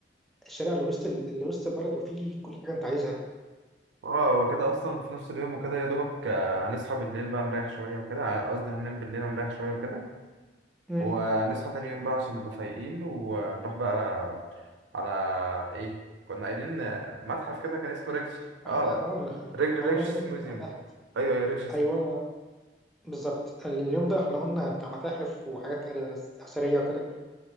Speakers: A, in the centre; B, on the right.
A: الشارع اللي وسط ال- اللي وسط البلد وفيه كل حاجة انت عايزها
B: اه هو كده اصلا في نفس اليوم وكده يا دوبك آه، هنصحى بالليل بقى نريح شويه وكده آه، قصدي هننام بالليل هنريح شويه وكده
A: امم
B: ونصحى تاني يوم بقى عشان نبقى فايقين ونروح بقى على ايه كنا قايلين آه، متحف كده كان اسمه ريكش اه
A: احنا اه
B: ريكش
A: احنا قلنا اليوم التاني
B: ميوزيوم
A: ده متاحف
B: ايوه ايوه ريكش
A: ايوه بالظبط اليوم ده احنا قلنا بتاع متاحف وحاجات أر- اثريه وكده